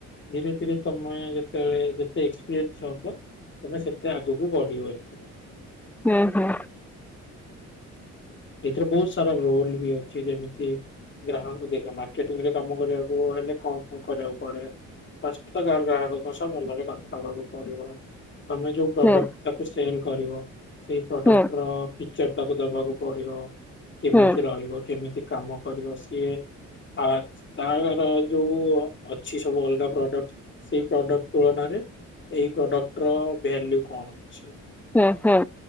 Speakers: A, on the left; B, in the centre.
A: ଧୀରେ ଧୀରେ ତମେ ଯେ ଯେତେବେଳେ ଯେତେ ଏକ୍ସପିରିଏନ୍ସ ହବ ତମେ ସେତେ ଆଗକୁ ବଢ଼ିବ ଏଇଥିରେ।
B: ହୁଁ ହୁଁ।
A: ଏଇଥିରେ ବହୁତ୍ ସାରା ରୋଲ ବି ଅଛି ଯେମିତି ଗ୍ରାହକଙ୍କୁ ଦେଖ ମାର୍କେଟିଂ ରେ କାମ କରିବାକୁ ହେଲେ କଣ କଣ କରିବାକୁ ପଡେ। <unintelligible> ସହ ଭଲରେ କଥା ହବାକୁ ପଡିବ ତମେ ଯୋଉ ପ୍ରଡକ୍ଟ
B: ହୁଁ
A: ତାକୁ ସେଲ କରିବ ସେଇ ପ୍ରଡକ୍ଟ
B: ହୁଁ
A: ର ଫିକ୍ଚର ତାକୁ ଦବାକୁ ପଡିବ। କେମିତି
B: ହୁଁ
A: ରହିବ କେମିତି କାମ କରିବ ସିଏ ଆ ତାର ଯୋଉ ଅଛି ସବୁ ଅଲଗା ପ୍ରଡକ୍ଟ ସେଇ ପ୍ରଡକ୍ଟ ତୁଳନାରେ ଏଇ ପ୍ରଡକ୍ଟ ର ଭେଲ୍ୟୁ କଣ ଅଛି।
B: ହୁଁ ହୁଁ।